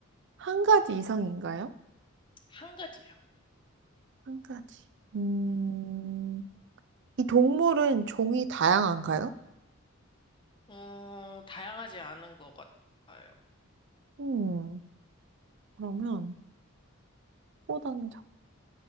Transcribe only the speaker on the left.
한 가지요.
음,
어, 다양하지 않은 것 같아요.